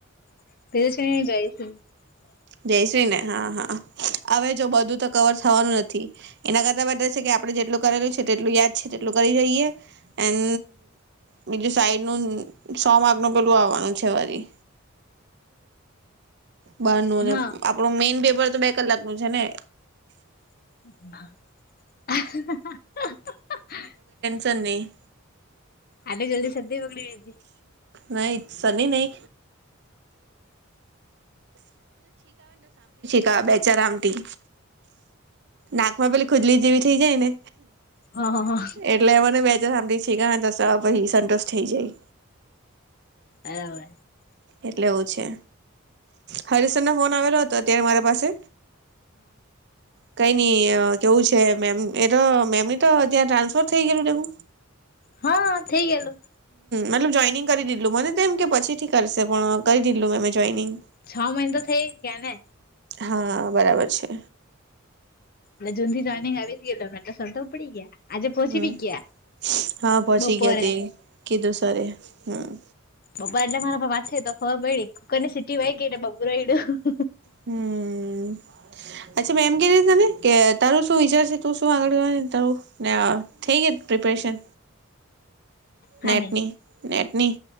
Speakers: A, on the left; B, on the right.
A: <unintelligible>
B: જય શ્રી ને હા હા હવે જો બધું તો કવર થવાનું નથી એના કરતા બેટર છે કે અ આપડણે જેટલું કરેલું છે તેટલું યાદ છે તેટલું કરી રહીયે. આન બીજું સાઈડ નું સો માક નું પેલું આવવાનું છે વરી બારનું ને
A: હા
B: આપણું મેઈન પેપર તો બે કલાક નું છે ને.
A: <unintelligible>
B: તને
A: આટલી જલ્દી શરદી બગડી
B: નહી શરદી નહી કા બેચાર આમટી. નાકમાં પેલી ખુજલી જેવી થઈ જાય ને
A: હા હા હા
B: એટલે મને બે જ હામ બી છેગ સા પાહિ સંંતુષ્ટ થઈ જાય.
A: આ
B: એટલે એવું છે. હરીશ સરનો ફોન આવેલો હતો અત્યારે મારા પાસે. કઈ નઈ કેવું છે મે એમ એ તો મેમની તો ત્યાં ટ્રાન્સફર થઈ ગેલું દેહુ.
A: હા થઈ ગેલું.
B: મતલબ જોઈનિંગ કરી દીધલું મને તો એમ કે પછી થી કરશે પણ કરી દીધલું મેમેં જોઈનિંગ.
A: છ મહિના તો થઈ જ ગયા ને.
B: હા બરાબર છે.
A: એટલે જૂનથી જોઈનિંગ આવી જ ગેલુ એટલે સર તો ઉપડી ગયા. આજે પહોંચી
B: હમ્મ
A: બી ગયા
B: હા પહોંચી
A: બપોરે
B: ગયા તે કીધું સરે હમ્મ.
A: પપ્પા એટલે મારા પા વાત થી તો ખબર પયડી કોની સીટી વાઈ ગઈ એટલે બબૂ રયડુ.
B: હમ અચ્છા મે એમ કેતી તને કે તારું શું વિચાર છે તું શું આગળ <unintelligible> તારું ને આ થઈ ગય પ્રિપરેશન
A: હા
B: નેટની.
A: નહી
B: નેટની.